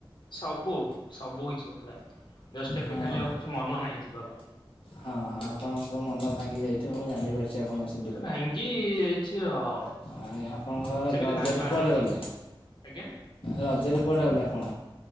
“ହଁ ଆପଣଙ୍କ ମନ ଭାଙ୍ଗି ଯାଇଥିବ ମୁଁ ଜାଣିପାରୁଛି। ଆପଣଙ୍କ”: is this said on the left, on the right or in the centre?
Left